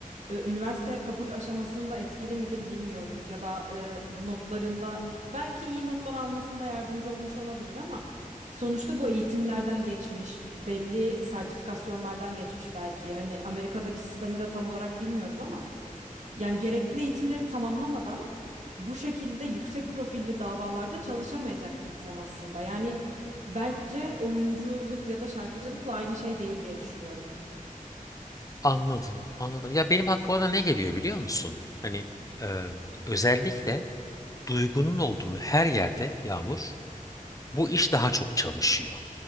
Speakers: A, on the right (about 55°); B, on the left (about 25°).
A: e, üniversiteye kabul aşamasında etkili midir bilmiyoruz ya da e, notlarında belki iyi notlar almasında yardımcı olmuş olabilir ama. Sonuçta bu eğitimlerden geçmiş, belli sertifikasyonlardan geçmiş belki. Hani Amerika'daki sistemi de tam olarak bilmiyoruz ama yani gerekli eğitimleri tamamlamadan bu şekilde yüksek profilli davalarda çalışamayacak bir insan aslında. Yani bence oyunculuk ya da şarkıcılıkla aynı şey değil diye düşünüyorum.
B: Anladım, anladım. Ya benim aklıma da ne geliyor biliyor musun? Hani e, özellikle duygunun olduğu her yerde Yağmur, bu iş daha çok çalışıyor.